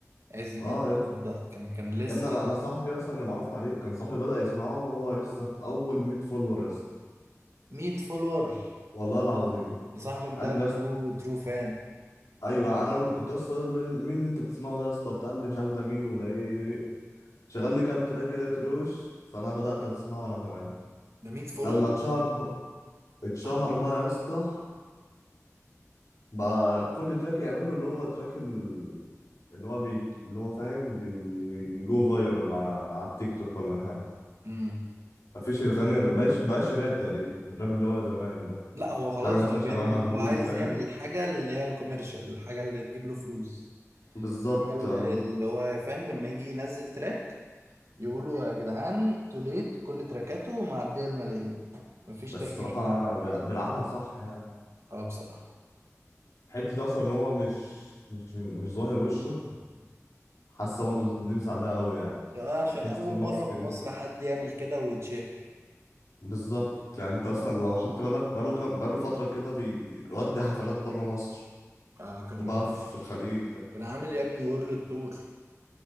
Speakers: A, on the right; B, on the left.
A: عز الدين
B: اه يا اسطى
A: مصدق كان كان لسه
B: يا ابني انا انا صاحبي اصلا اللي معرفنا عليه كان صاحبي بدا يسمعه وهو لسه في اول 100 فولور يا اسطى
A: 100 فولور
B: والله العظيم
A: ده صاحبك
B: قال
A: ده
B: لي يا
A: ترو
B: اسطى
A: ترو فان
B: ايوه انا كنت اصلا اقول له مين اللي انت بتسمعه ده يا اسطى بتاع اللي مش عارف ده مين وده ايه إيه إيه. شغل لي كام تراك كده تروش فانا بدات اسمعه انا كمان
A: ده 100 فولور
B: لما اتشهر اتشهر
A: صاحبي
B: بقى يا اسطى بقى كل تراك يعمله اللي هو تراك ال... اللي هو بي... اللي هو فاهم بيجو فايرال مع على التيك توك ولا حاجة
A: امم
B: مفيش الغني بقاش بقاش راب تقريبا الراب اللي هو زمان ده
A: لا هو خلاص
B: حاجة مثلا
A: هو
B: شبه
A: بيعمل
B: مجهول
A: هو عايز
B: فاهم
A: يعمل الحاجة اللي هي الكوميرشال الحاجة اللي تجيب له فلوس
B: بالظبط
A: الحاجة اللي
B: اه
A: اللي هو فاهم لما يجي ينزل تراك يقولوا يا جدعان توليت كل تراكاته معدية الملايين مفيش
B: بس
A: تراك
B: الصراحة
A: مش معدي
B: أنا
A: المليون
B: بيلع- بيلعبها صح يعني
A: اه بصراحة
B: حتة أصلا إن هو مش مش مش ظاهر وشه حاسة برضه دي مساعدة أوي يعني
A: لا عشان
B: حتة
A: أول
B: الماسك
A: مرة في
B: دي
A: مصر حد يعمل كده ويتشهر
B: بالظبط يعني انت اصلا لو خدت بالك بقاله كام بقاله فتره كده بيودي حفلات بره مصر
A: اه كان
B: وبقى في الخليج ف...
A: كان عامل يا ابني وورلد تور